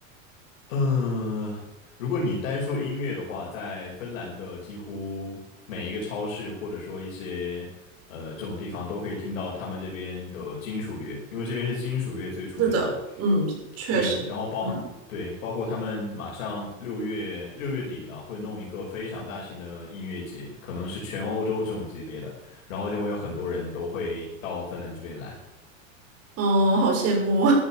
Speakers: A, on the left (about 70°); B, on the right (about 35°).
A: 嗯，如果你单说音乐的话，在芬兰的几乎每一个超市，或者说一些呃这种地方，都可以听到他们这边的金属乐，因为这边是金属乐最出名嘛。
B: 是的，嗯，确实。
A: 对，然后包对，
B: 嗯。
A: 包括他们马上六月六月底了，会弄一个非常大型的音乐节，可能是全欧洲这种级别的，然后就会有很多人都会到芬兰这边来。
B: 哦，好羡慕，